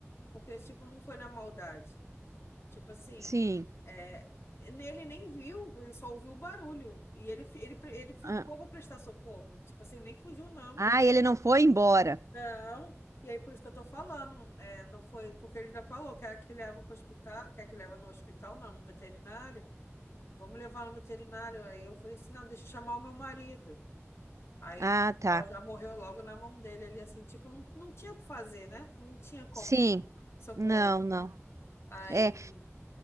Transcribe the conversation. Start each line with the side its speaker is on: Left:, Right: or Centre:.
Left: porque, tipo, não foi na maldade. Tipo assim,
Right: sim.
Left: é, nele nem viu, ele só ouviu o barulho. E ele, fi- ele, pre- ele ficou
Right: Ah,
Left: para prestar socorro. Tipo assim, nem fugiu, não.
Right: ah, ele não foi embora.
Left: Não. E aí, por isso que eu tô falando, é, não foi, porque ele ainda falou, quer que leva para hospital, quer que leva no hospital, não, no veterinário. Vamos levar no veterinário. Aí eu falei assim, não, deixa eu chamar o meu marido. Aí
Right: Ah, tá.
Left: ela já morreu logo na mão dele ali, assim, tipo, não, não tinha o que fazer, né? Não tinha como
Right: Sim.
Left: socorrer.
Right: Não, não.
Left: Aí
Right: É,